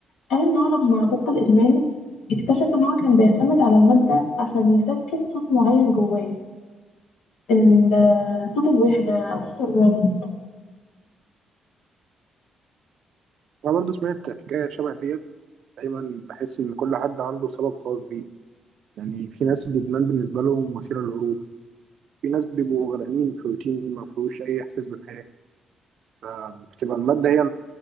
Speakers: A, on the left (about 85°); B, on the right (about 65°).
A: قال ان هو لما بطل ادمان اكتشف ان هو كان بيعتمد على الماده عشان يسكت صوت معين جواه ال- صوت الوحده او صوت الرفض
B: أنا برضو سمعت حكاية شبه ديت دايما بحس إن كل حد عنده سبب خاص بيه يعني في ناس الإدمان بالنسبة لهم وسيلة للهروب في ناس بيبقوا غرقانين في روتين ما فيهوش أي إحساس بالحياة فبتبقى المادة هي